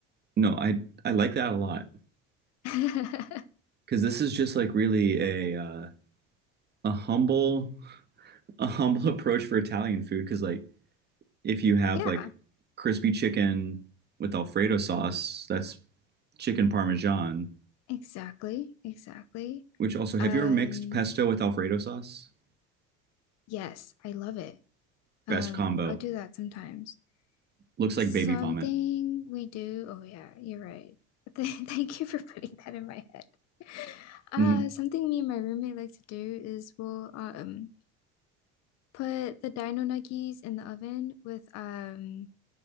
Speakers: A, on the right; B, on the left.
A: no, I I like that a lot
B: <laughs>
A: because this is just like really a uh, a humble <laughs> a humble approach for Italian food. Because like if you have
B: Yeah.
A: like crispy chicken with Alfredo sauce, that's chicken parmesan.
B: Exactly, exactly.
A: Which also, have
B: Um,
A: you ever mixed pesto with Alfredo sauce?
B: yes, I love it.
A: Best
B: Um,
A: combo.
B: I'll do that sometimes.
A: Looks like
B: Something
A: baby vomit.
B: we do, oh yeah, you're right. <laughs> Th- Thank you for putting that in my head. <laughs> Uh,
A: Mhm.
B: something me and my roommate like to do is we'll um put the dino nuggies in the oven with um